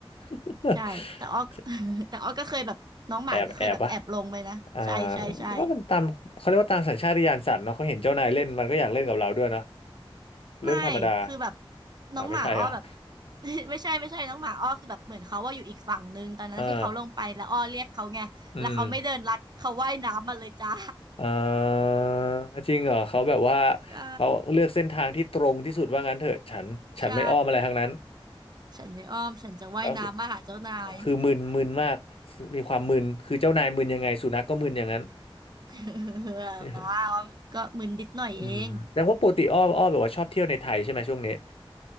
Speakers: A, on the left; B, on the right.
A: <laughs>
B: ใช่ แต่อ้อก็ <laughs> แต่อ้อก็เคยแบบน้องหมาก็เคยแบบแอบลงไปนะ
A: แอบแอบปะอ่า
B: ใช่ใช่ใช่
A: ก็มันตามเขาเรียกว่าตามสัญชาตญาณสัตว์เนาะเขาเห็นเจ้านายเล่นมันก็อยากเล่นกับเราด้วยเนาะเรื่องธรรมดา
B: ไม่ คือแบบ
A: อ่าไม่ใช่ครับ
B: น้องหมาอ้อแบบ <laughs> ไม่ใช่ไม่ใช่น้องหมาอ้อคือแบบเหมือนเขาว่าอยู่อีกฝั่งนึงตอนนั้นที่เขาลงไปแล้วอ้อเรียกเขาไงแล้วเขาไม่เดินลัดเขาว่ายน้ำมาเลยจ้า
A: อ่าอืมอ่าจริงเหรอเขาแบบว่า
B: <laughs> ใช่
A: เขาเลือกเส้นทางที่ตรงที่สุดว่างั้นเถอะฉันฉันไม่อ้อมอะไรทั้งนั้น
B: ใช่ฉันไม่อ้อมฉันจะว่ายน้ำมาหาเจ้านาย
A: ก็คือคือมึนมึนมากมีความมึนคือเจ้านายมึนยังไงสุนัขก็มึนอย่างนั้น
B: <laughs>
A: <laughs>
B: บ้าอ้อมก็มึนนิดหน่อยเอง
A: อืมแสดงว่าปกติอ้อมอ้อมแบบว่าชอบเที่ยวในไทยใช่ไหมช่วงนี้